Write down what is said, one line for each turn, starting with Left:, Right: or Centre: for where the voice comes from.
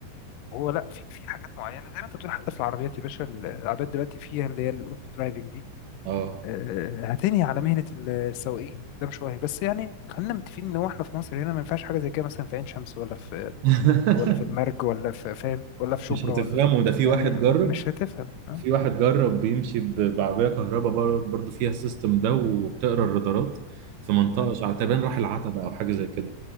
Left: وهو لا في في حاجات معينة زي ما أنت بتقول حتى في العربيات يا باشا العربيات دلوقتي فيها اللي هي الأوتو درايفنج دي
Right: اه
Left: آه، هتنهي على مهنة ال- السواقين ده مش وهي بس يعني خلينا متفقين ان هو احنا في مصر هنا ما ينفعش حاجة زي كده مثلا في عين شمس ولا في
Right: <laughs>
Left: ولا في المرج ولا في فاهم ولا في شبرا
Right: مش هتفهمه
Left: ولا
Right: ده في
Left: يعني
Right: واحد جرب
Left: مش هتفهم اه
Right: في واحد جرب بيمشي ب- بعربية كهرباء بر- برضو فيها السيستم ده وبتقرا الرادارات في منطقة
Left: اه
Right: شعتبان راح العتبة او حاجة زي كده